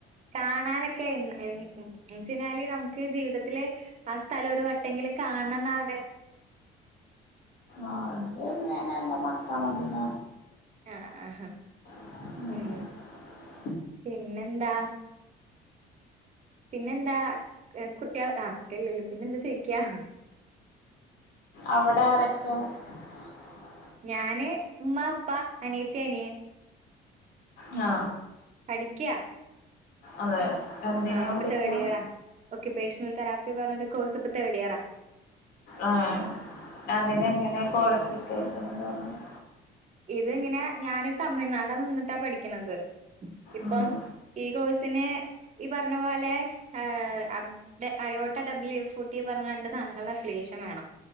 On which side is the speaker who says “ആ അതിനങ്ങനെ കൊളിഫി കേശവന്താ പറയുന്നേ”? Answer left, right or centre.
Left